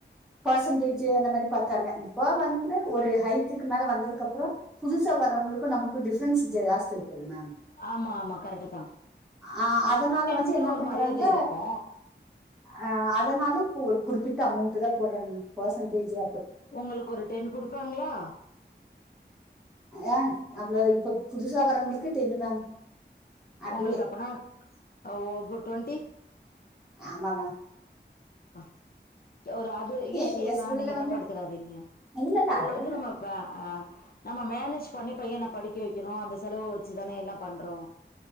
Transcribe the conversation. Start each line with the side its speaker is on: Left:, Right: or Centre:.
Centre: பர்சன்டேஜ் அந்த மாரி பாத்தாங்க இப்ப வந்து ஒரு ஹை குக்கு மேல வந்ததுக்கு அப்புறோ புதுசா வர்றவங்களுக்கு நமக்கு டிஃப்ரன்ஸ் ஜாஸ்தி இருக்குல்ல மேம்
Left: ஆமா ஆமா கரெக்ட் தா
Centre: ஆ அதனால
Left: ஸ்டூடெண்ட்ஸ்க்குன்னு
Centre: வந்து என்ன
Left: ஒரு
Centre: பண்றாங்க
Left: மரியாத இருக்கு
Centre: ஆ அதனால இப்போ ஒரு குறிப்பிட்ட அமௌண்ட்டு தா போடுறேண்ணு பர்சன்டேஜு
Left: உங்களுக்கு ஒரு டென் குடுப்பாங்ளா
Centre: ஏ அவ்ளோ இப்ப புதுசா வரவங்களுக்கு டென்னு மேம் அப்டியே
Left: உங்களுக்கு அப்பன்னா ஒ அப்ப டுவென்டி
Centre: ஆமா மா
Left: ஆஹ கு ஒரு அது ஏ
Centre: எங்க
Left: கேக்குறே
Centre: ஸ்கூல்ல
Left: நீங்க
Centre: வந்து
Left: தப்பா எடுத்துக்காதீங்க
Centre: இல்ல இல்ல
Left: ஓரளக்கு
Centre: அதெல்லா நடக்குது
Left: நம்ம ஆ ஆ நம்ம மேனேஜ் பண்ணி பையன படிக்க வைக்குரு அந்த செலவு வெச்சுதானே எல்லா பண்றோ